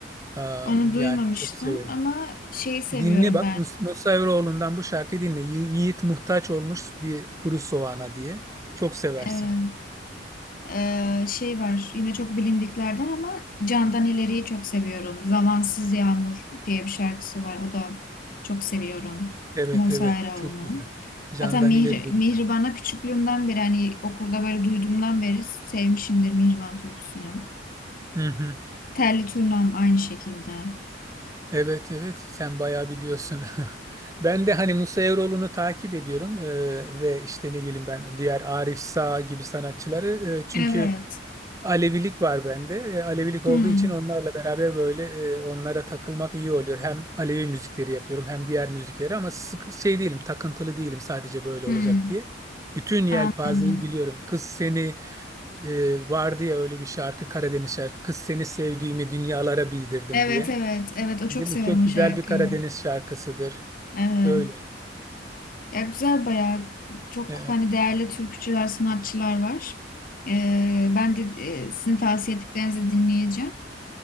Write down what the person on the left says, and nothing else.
Onu duymamıştım
ama şeyi seviyorum
ben. Ee, şey var yine çok bilindiklerden ama Candan İleri'yi çok seviyorum. Zamansız Yağmur diye bir şarkısı var. O da çok seviyorum.
Musa
Eroğlu'nun.
Hatta Mihri,
Mihriban'a küçüklüğümden beri hani okulda böyle duyduğumdan beri sevmişimdir Mihriban türküsünü.
Telli Turnam aynı şekilde.
Evet.
Hmm.
Hmm.
Anladım.
Evet
evet. Evet o çok
severim
o
şarkıyı.
Evet.
Ya güzel bayağı çok
hani değerli türkücüler, sanatçılar var. Ee, ben de e, sizin tavsiye ettiklerinizi dinleyeceğim.